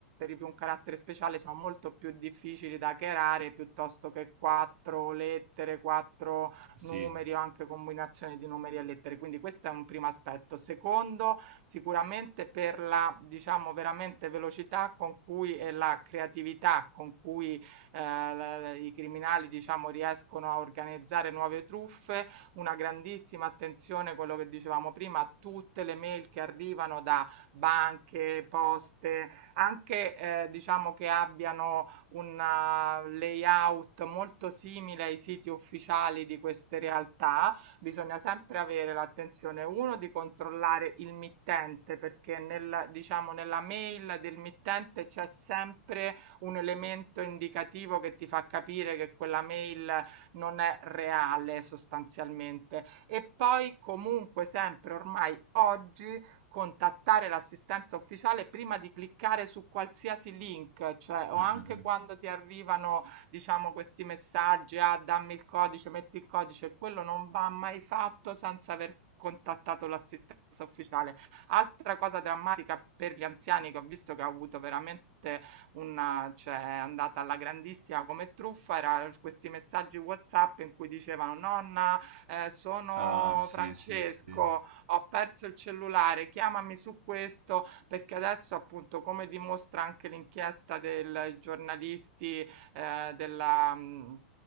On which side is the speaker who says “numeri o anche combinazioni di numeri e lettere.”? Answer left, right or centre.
Right